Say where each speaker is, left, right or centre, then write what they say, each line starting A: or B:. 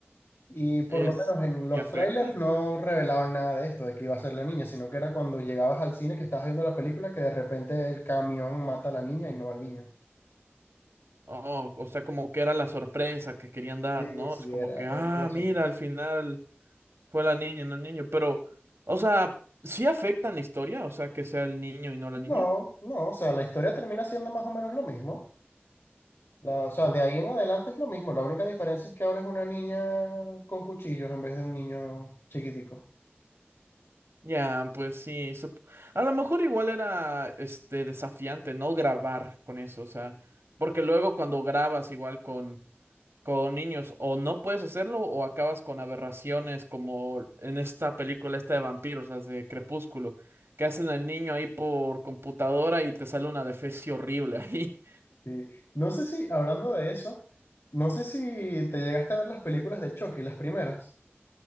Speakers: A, on the left; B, on the right.
A: Y por
B: Es,
A: lo menos en los
B: y afecta.
A: trailers no revelaban nada de esto, de que iba a ser la niña, sino que era cuando llegabas al cine que estabas viendo la película que de repente el camión mata a la niña y no al niño.
B: Oh, o sea, como que era la sorpresa que querían dar,
A: Sí,
B: ¿no?
A: sí,
B: Es como
A: era,
B: que, ah,
A: era la sorpresa.
B: mira, al final fue la niña y no el niño, pero, o sea, ¿sí afectan la historia? O sea, que sea el niño y no la
A: No,
B: niña.
A: no, o sea, la historia termina siendo más o menos lo mismo. La, o sea,
B: O-
A: de ahí en adelante es lo mismo. La única diferencia es que ahora es una niña con cuchillos en vez de un niño chiquitico.
B: ya, pues sí, sup- a lo mejor igual era, este, desafiante, ¿no? Grabar con eso, o sea, porque luego cuando grabas igual con con niños, o no puedes hacerlo, o acabas con aberraciones como en esta película esta de vampiros, las de Crepúsculo, que hacen al niño ahí por computadora y te sale una defecio horrible ahí.
A: Sí. No sé si, hablando de eso, no sé si te llegaste a ver las películas de Chucky, las primeras.